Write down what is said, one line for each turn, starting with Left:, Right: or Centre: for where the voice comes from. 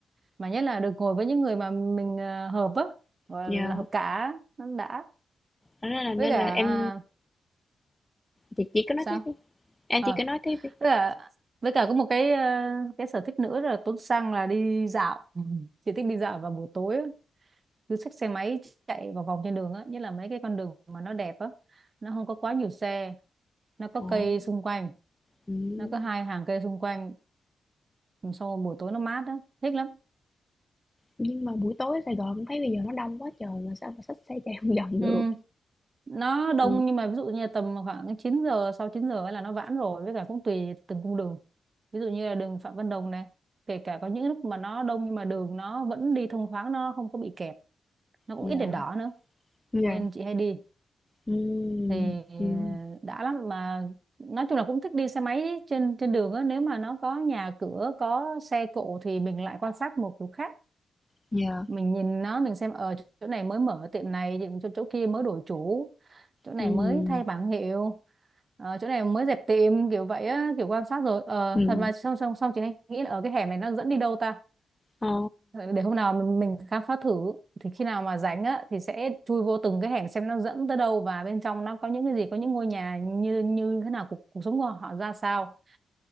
Right: mà nhất là được ngồi với những người mà mình ờ, hợp á gọi
Left: Yeah,
Right: là hợp cả nó đã
Left: thế nên là nên
Right: với cả
Left: là em
Right: à,
Left: chị chị cứ nói
Right: sao
Left: tiếp đi, em
Right: Ờ,
Left: chỉ cứ nói tiếp đi.
Right: với cả với cả có một cái ờ, cái sở thích nữa là Tuấn Sang là đi dạo Ừ. chị thích đi dạo vào buổi tối á. cứ xách xe máy chạy vòng vòng trên đường á nhất là mấy cái con đường mà nó đẹp á nó không có quá nhiều xe nó có
Left: Ồ,
Right: cây xung quanh
Left: ừm,
Right: nó có hai hàng cây xung quanh sau buổi tối nó mát á thích lắm
Left: nhưng mà buổi tối ở Sài Gòn em thấy bây giờ nó đông quá trời mà sao mà xách xe chạy không vòng
Right: ừ
Left: được.
Right: nó đông
Left: Ừm,
Right: nhưng mà ví dụ như là tầm khoảng chín giờ sau 9 giờ ấy là nó giãn rồi với cả cũng tùy từng cung đường ví dụ như là đường Phạm Văn Đồng này kể cả có những lúc mà nó đông nhưng mà đường nó vẫn đi thông thoáng nó không có bị kẹt nó cũng
Left: yeah,
Right: ít đèn đỏ nữa
Left: yeah,
Right: nên chị hay đi
Left: ừm,
Right: thì ờ,
Left: ừm,
Right: đã lắm mà nói chung là cũng thích đi xe máy trên trên đường á nếu mà nó có nhà cửa có xe cộ thì mình lại quan sát một kiểu khác
Left: yeah,
Right: mình nhìn nó mình xem ở chỗ này mới mở tiệm này chỗ, chỗ kia mới đổi chủ chỗ này
Left: ừm,
Right: mới thay bảng hiệu ờ, chỗ này mới dẹp tiệm kiểu vậy á kiểu quan sát rồi ờ,
Left: ừm.
Right: thật mà xong xong xong chị hay nghĩ là ở cái hẻm này nó dẫn đi đâu ta
Left: Ồ,
Right: Ờ, để hôm nào mình, mình khám phá thử thì khi nào mà rảnh á thì sẽ chui vô từng cái hẻm xem nó dẫn tới đâu và bên trong nó có những cái gì có những ngôi nhà như như thế nào cuộc, cuộc sống của họ ra sao